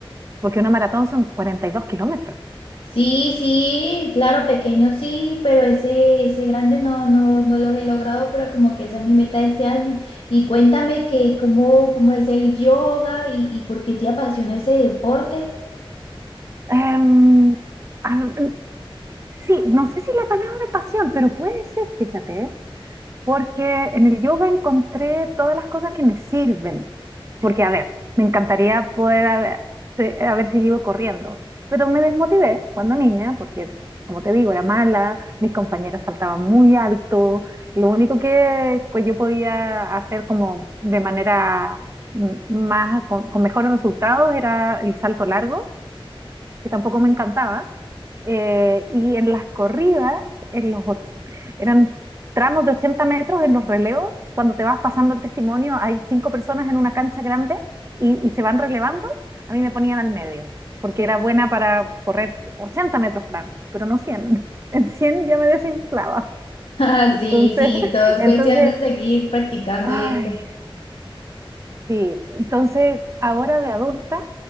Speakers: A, on the right; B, on the left.
A: Porque una maratón son 42 kilómetros.
B: Sí, sí, claro, pequeño sí, pero ese, ese grande no, no, no los he logrado, pero como que esa es mi meta de este año. Y cuéntame que cómo, cómo es el yoga y, y por qué te apasiona ese deporte. <laughs>
A: Em, a- sí, no sé si la palabra pasión, pero puede ser, fíjate, ¿eh? porque en el yoga encontré todas las cosas que me sirven. Porque, a ver, me encantaría poder haber, se- haber seguido corriendo, pero me desmotivé cuando niña, porque, como te digo, era mala, mis compañeras saltaban muy alto, lo único que, que yo podía hacer como de manera mm, más, con, con mejores resultados era el salto largo, que tampoco me encantaba. Eh, y en las corridas, en los, och- eran tramos de 80 metros en los relevos, cuando te vas pasando el testimonio, hay cinco personas en una cancha grande y, y se van relevando, a mí me ponían al medio, porque era buena para correr 80 metros planos pero no cien <laughs> En 100 ya me desinflaba.
B: Ah, Sí,
A: Entonces,
B: sí, todo es
A: entonces,
B: cuestión de seguir practicando
A: ay,
B: y eso.
A: sí, entonces ahora de adulta